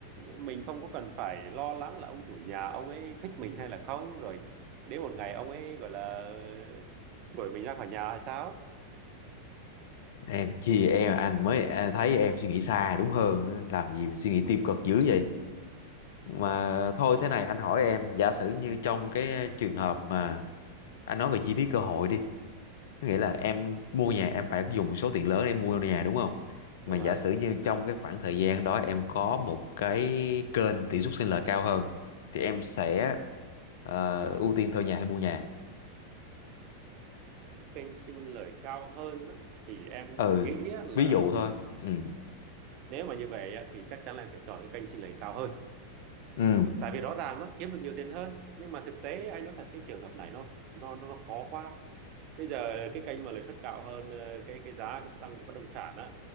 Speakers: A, on the right (about 40°); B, on the left (about 55°).
A: mình không có cần phải lo lắng là ông chủ nhà ông ấy thích mình hay là không rồi đến một ngày ông ấy gọi là đuổi mình ra khỏi nhà hay sao
B: em chia em anh mới à, thấy em suy nghĩ xa đúng hơn nữa. làm gì mà suy nghĩ tiêu cực dữ vậy mà thôi thế này anh hỏi em giả sử như trong cái trường hợp mà anh nói về chi phí cơ hội đi nghĩa là em mua nhà em phải dùng một số tiền lớn để em mua nhà đúng không? Mà
A: đúng
B: giả
A: rồi
B: sử như trong cái khoảng thời gian đó em có một cái kênh tỷ suất sinh lời cao hơn thì
A: ừ.
B: em sẽ ờ, ưu tiên thuê nhà hay mua nhà.
A: kênh xin lời cao hơn á, thì em
B: Ừ,
A: nghĩ á là
B: ví dụ thôi. Ừ.
A: nếu mà như vậy á, thì chắc chắn là em phải chọn cái kênh xin lời cao hơn
B: Ừ.
A: tại vì rõ ràng nó kiếm được nhiều tiền hơn nhưng mà thực tế anh nói thật cái trường hợp này nó nó nó khó quá bây giờ cái kênh mà lợi suất cao hơn ờ, cái cái giá cũng tăng của bất động sản á